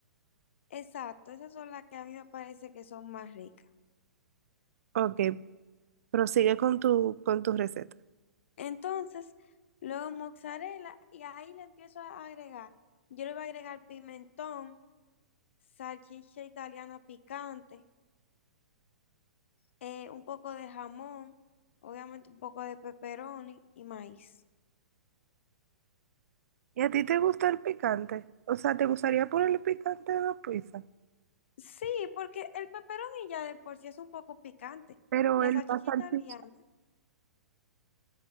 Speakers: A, on the left; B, on the right.
A: Exacto, esas son las que a mí me parece que son más ricas.
B: Ok, prosigue con tu, con tu receta.
A: Entonces, luego mozzarella y ahí le empiezo a agregar. Yo le voy a agregar pimentón, salchicha italiana picante, eh, un poco de jamón, obviamente un poco de pepperoni y maíz.
B: ¿Y a ti te gusta el picante? O sea, ¿te gustaría ponerle picante a la pizza?
A: Sí, porque el pepperoni ya de por sí es un poco picante.
B: Pero
A: Y la
B: el
A: salchicha
B: la salchicha,
A: italiana,